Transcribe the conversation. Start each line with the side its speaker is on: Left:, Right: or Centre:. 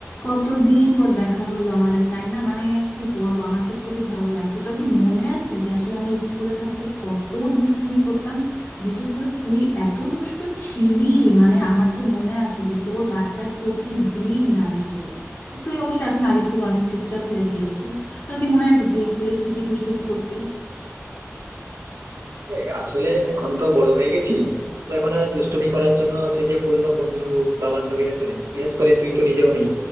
Left: কতদিন পর দেখা হলো আমাদের তাই না মানে কি বলবো আমার তো খুবই ভালো লাগছে তোর কি মনে আছে যে আসলে আমরা স্কুলে থাকতে কত দুষ্টুমি করতাম বিশেষ করে তুই এত দুষ্ট ছিলি মানে আমার তো মনে আছে যে তোর বাসায় প্রতিদিন নালিশ যেত তুই অবশ্য এখন আগের থেকে অনেক চুপচাপ হয়ে গিয়েছিস তোর কি মনে আছে তুই স্কুলে কি কি দুষ্টুমি করতি
Right: এ, আসলে এখন তো বড় হয়ে গেছি তো এখন আর দুষ্টুমি করার জন্য সেই যে পুরনো বন্ধু বা বান্ধবীরা তো নেই বিশেষ করে তুই তো নিজেও নেই